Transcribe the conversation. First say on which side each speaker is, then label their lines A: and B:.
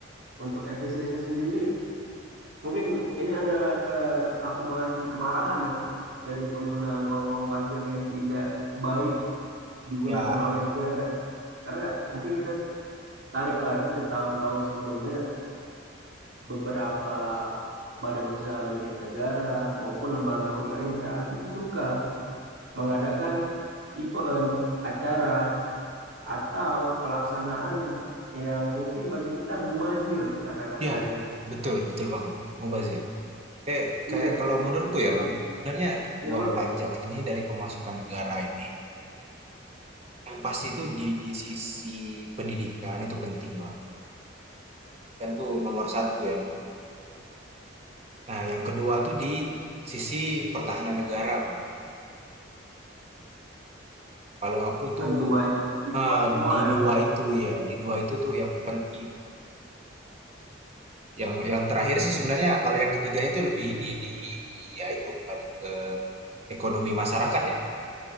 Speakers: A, on the right; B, on the right.
A: untuk efisiensi sendiri mungkin ini adalah eh, akumulasi kemarahan ya dari penggunaan uang-uang pajak yang tidak baik digunakan
B: Ya,
A: oleh negara. Karena mungkin kita tarik lagi ke tahun-tahun sebelumnya, beberapa badan usaha milik negara maupun lembaga pemerintah itu suka mengadakan event, acara, atau pelaksanaan yang mungkin bagi kita mubazir kata-katanya.
B: ya, betul, betul banget. Mubazir. Kayak,
A: Iya,
B: kayak kalau menurutku
A: betul.
B: ya, Bang, sebenarnya
A: Iya
B: uang
A: bang,
B: pajak ini dari pemasukan negara ini yang pasti itu di, di sisi pendidikan itu penting, Bang. Pendidikan tuh nomor satu ya. Nah, yang kedua tuh di sisi pertahanan negara, Bang. Kalau aku
A: keduanya
B: tuh
A: support
B: ah,
A: semua
B: di
A: ya.
B: dua itu ya, di dua itu tuh yang penting. Yang yang terakhir sih sebenarnya kalau yang ketiganya itu lebih ini di, di ya itu kembali ke Ekonomi masyarakat ya?